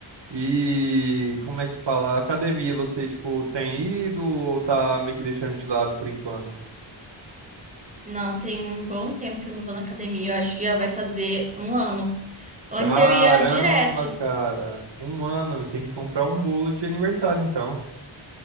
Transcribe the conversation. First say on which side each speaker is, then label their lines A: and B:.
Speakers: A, on the right (about 60°); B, on the right (about 15°).
A: E como é que fala? Academia, você, tipo, tem ido ou tá meio que deixando de lado por enquanto?
B: Não, tem um bom tempo que eu não vou na academia, eu acho que já vai fazer um ano. Antes
A: Caramba,
B: eu ia direto,
A: cara. Um ano, tem que comprar um bolo de aniversário, então.